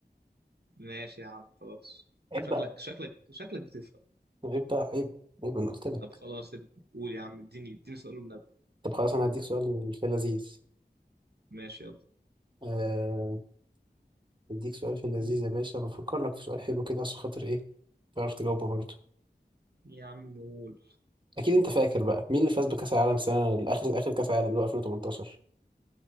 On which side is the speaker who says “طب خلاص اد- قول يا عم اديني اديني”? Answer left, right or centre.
Right